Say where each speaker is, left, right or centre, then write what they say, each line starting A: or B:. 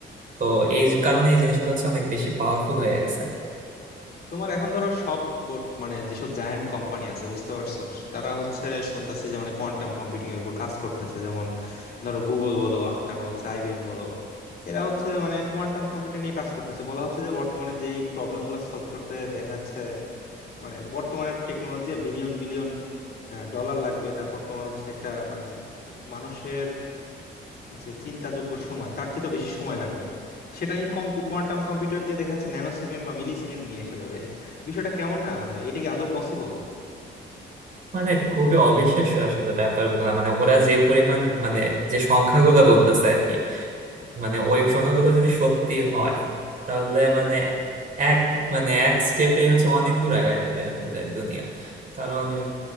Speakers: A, on the right; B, on the left.
A: তো এই কারণে এই জিনিসগুলো হচ্ছে অনেক বেশি পাওয়ারফুল হয়ে গেছে
B: তোমার এখন ধরো সব বোর্ড মানে যেসব জায়ান্ট কোম্পানি আছে বুঝতে পারছো তারা হচ্ছে শুনতেছি যে মানে কোয়ান্টাম কম্পিউটিং এর উপর কাজ করতেছে যেমন ধরো গুগল বলো আ, তারপর হচ্ছে আইবিএম বলো এরা হচ্ছে মানে কোয়ান্টাম কম্পিউটার নিয়ে কাজ করতেছে বলা হচ্ছে যে বর্তমানে যেই প্রবলেম গুলো সলভ করতে দেখা যাচ্ছে মানে বর্তমানের টেকনোলজি বিলিয়ন বিলিয়ন ডলার লাগবে তারপর তোমার হচ্ছে একটা মানে মানুষের যে চিন্তাযোগ্য সময় তার চেয়ে তো বেশি সময় লাগবে সেটা এই কোয়ান্টাম কম্পিউটার দিয়ে দেখা যাচ্ছে ন্যানো সেকেন্ড বা মিলি সেকেন্ড নিয়ে আসা যাবে <laughs> বিষয়টা কেমন না মানে এটা কি আদৌ পসিবল
A: মানে খুবই অবিশ্বাস্য আসলে ব্যাপারগুলো মানে ওরা যে পরিমাণ মানে যে সংখ্যাগুলো বলতেছে আর কি মানে ওই সংখ্যাগুলো যদি সত্যি হয় তাহলে মানে এক মানে এক স্টেপে হচ্ছে অনেক দূর আগায় যাবে আসলে দুনিয়া কারণ